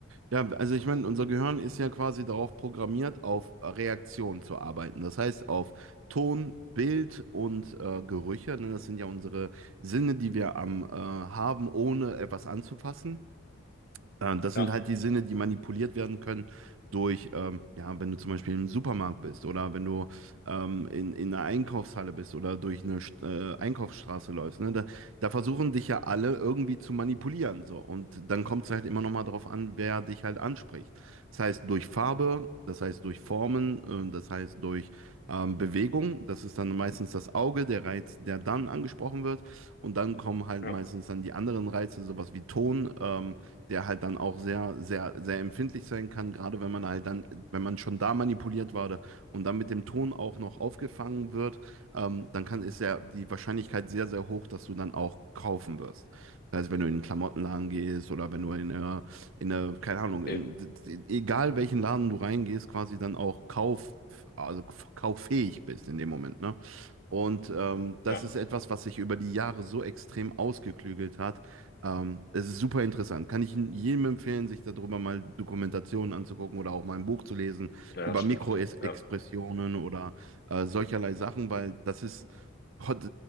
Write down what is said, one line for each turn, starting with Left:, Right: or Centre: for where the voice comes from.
Right: Ja, also ich meine, unser Gehirn ist ja quasi darauf programmiert, auf Reaktion zu arbeiten. Das heißt, auf Ton, Bild und äh, Gerüche. Ne? Das sind ja unsere Sinne, die wir am äh, haben, ohne etwas anzufassen. Ja, das sind
Left: Ja,
Right: halt die Sinne, die manipuliert werden können durch, ähm, ja, wenn du zum Beispiel im Supermarkt bist oder wenn du ähm, in, in einer Einkaufshalle bist oder durch eine St- äh, Einkaufsstraße läufst. Ne? Da, da versuchen dich ja alle irgendwie zu manipulieren. So. Und dann kommt es halt immer noch mal darauf an, wer dich halt anspricht. Das heißt durch Farbe, das heißt durch Formen, äh, das heißt durch ähm, Bewegung. Das ist dann meistens das Auge, der Reiz, der dann angesprochen wird. Und dann kommen halt
Left: ja,
Right: meistens dann die anderen Reize, sowas wie Ton. Ähm, der halt dann auch sehr, sehr, sehr empfindlich sein kann, gerade wenn man halt dann, wenn man schon da manipuliert wurde und dann mit dem Ton auch noch aufgefangen wird, ähm, dann kann, ist ja die Wahrscheinlichkeit sehr, sehr hoch, dass du dann auch kaufen wirst. Das heißt, wenn du in einen Klamottenladen gehst oder wenn du in eine, in eine, keine Ahnung,
Left: eben.
Right: in, egal welchen Laden du reingehst, quasi dann auch kauf, also kauffähig bist in dem Moment, ne? Und ähm, das
Left: Ja,
Right: ist etwas, was sich über die Jahre so extrem ausgeklügelt hat, ähm, es ist super interessant. Kann ich jedem empfehlen, sich darüber mal Dokumentationen anzugucken oder auch mal ein Buch zu lesen
Left: ja,
Right: über
Left: stimmt.
Right: Mikroexpressionen
Left: Ja,
Right: oder äh, solcherlei Sachen, weil das ist, heut-